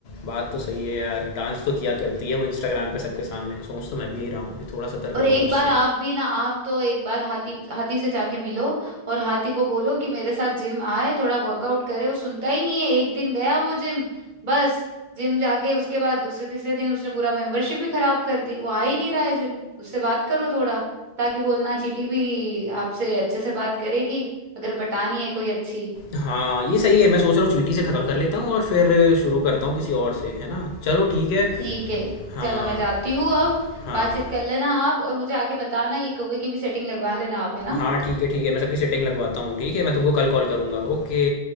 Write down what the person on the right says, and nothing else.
और
एक
बार आप भी ना आप तो एक बार हाथी हाथी से जाके मिलो और हाथी को बोलो कि मेरे साथ जिम आए थोड़ा वर्कआउट करे वो सुनता ही नहीं है एक दिन गया वो जिम बस जिम जाके उसके बाद दूसरे तीसरे दिन उसने पूरा मेंबरशिप ही खराब कर दी वो आ ही नहीं रहा है जिम उससे बात करो थोड़ा ताकि बोलना चींटी भी आपसे अच्छे से बात करेगी अगर पटानी है कोई अच्छी
ठीक है
चलो मैं जाती हूँ अब
बातचीत कर लेना आप और मुझे आके बताना ये कौवे की भी सेटिंग लगवा लेना आप है ना